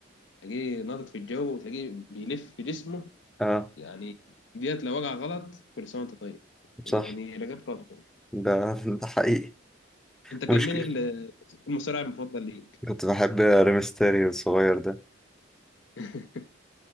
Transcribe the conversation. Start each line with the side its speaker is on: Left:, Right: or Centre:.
Left: تلاقيه ناطط في الجو وتلاقيه بيلف في جسمه
Centre: اه
Left: يعني ديت لو وقع غلط كل سنه وانت طيب
Centre: صح
Left: يعني رجعت راسه
Centre: ده <laughs> ده حقيقي
Left: انت كان
Centre: مشكل
Left: مين ال- المصارع المفضل ليك؟
Centre: كنت بحب ريمستيريو الصغير ده
Left: <laughs>